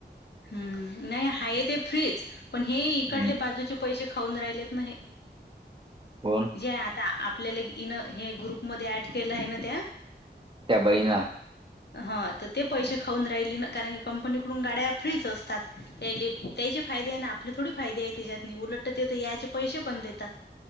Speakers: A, on the left (about 65°); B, on the right (about 25°).
A: हम्म. नाही आहेत हे फ्रीच, पण हे इकडले
B: हम्म.
A: बाजूचे पैसे खाऊन राहिलेत ना हे.
B: कोण?
A: जे आता आपल्याला इन हे ग्रुपमध्ये ऍड केलं आहे ना त्या
B: त्या बाईनां
A: हा तर ते पैसे खाऊन राहिले ना, कारण की कंपनीकडून गाड्या फ्रीच असतात. त्याले त्याचे फायदे आहे ना आपले थोडी फायदे आहेत त्याच्यात. उलट ते तरी याचे पैसे पण देतात.